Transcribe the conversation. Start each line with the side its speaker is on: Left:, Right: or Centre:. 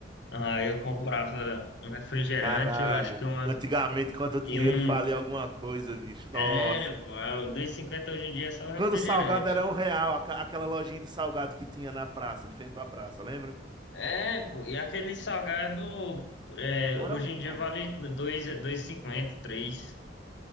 Left: Aí eu comprava um refrigerante,
Right: Caralho,
Left: eu acho que uma,
Right: antigamente quando o dinheiro
Left: e um,
Right: valia alguma coisa, bicho, nossa.
Left: era, pô, dois e cinquenta hoje em dia é só refrigerante.
Right: Quando o salgado era um real, aca- aquela lojinha de salgado que tinha na praça, de frente pra praça, lembra?
Left: É, pô, e aquele salgado, é,
Right: Não
Left: hoje
Right: era ruim,
Left: em dia
Right: não.
Left: vale 2, cinquenta três